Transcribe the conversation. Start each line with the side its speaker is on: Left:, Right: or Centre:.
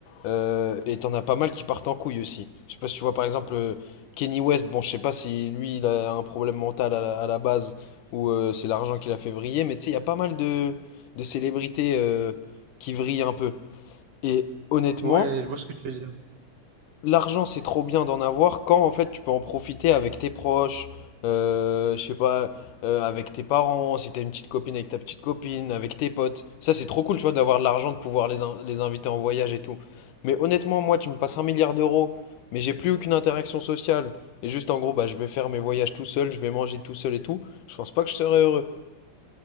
Left: Euh, et t'en as pas mal qui partent en couille aussi. Je sais pas si tu vois par exemple euh, Kenny West. Bon, je sais pas si lui il a un problème mental à la, à la base ou euh, c'est l'argent qui l'a fait vriller, mais tu sais, il y a pas mal de, de célébrités euh, qui vrillent un peu. Et honnêtement,
Right: Ouais, je vois ce que tu veux dire.
Left: L'argent, c'est trop bien d'en avoir quand en fait tu peux en profiter avec tes proches, euh, je sais pas, euh, avec tes parents, si t'as une petite copine avec ta petite copine, avec tes potes. Ça, c'est trop cool, tu vois, d'avoir de l'argent, de pouvoir les, in- les inviter en voyage et tout. Mais honnêtement, moi, tu me passes un milliard d'euros, mais j'ai plus aucune interaction sociale. Et juste en gros, bah, je vais faire mes voyages tout seul, je vais manger tout seul et tout. Je pense pas que je serais heureux.